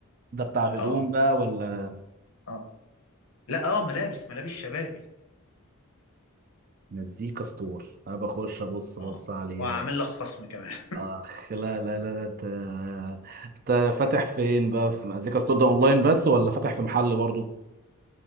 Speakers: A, on the right; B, on the left.
A: ده بتاع هدوم
B: اه
A: بقى ولا
B: اه لا اه ملابس ملابس شبابي
A: مزيكا ستور انا بخش ابص بص
B: اه
A: عليه
B: وعامل
A: بقى
B: لك خصم كمان
A: اخ لا لا لا ده انت انت فاتح فين بقى في مزيكا ستور ده اونلاين بس ولا فاتح في محل برضو